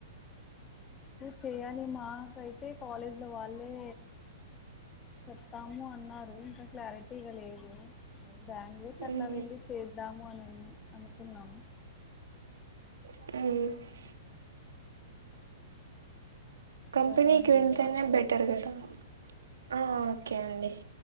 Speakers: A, on the left (about 25°); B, on the right (about 75°).
A: చేయాలి మాకైతే కాలేజీలో వాళ్ళే చెప్తాము అన్నారు ఇంకా క్లారిటీగా లేదు బ్యాంగుళూరుకి అట్లా
B: ఉమ్
A: వెళ్ళి చేద్దాము అని అనుకున్నాము
B: ఉమ్ కంపెనీకి
A: సరే అండి
B: వెళ్తేనే
A: బాయ్ అండి
B: బెటర్ గదా ఆ ఓకే అండి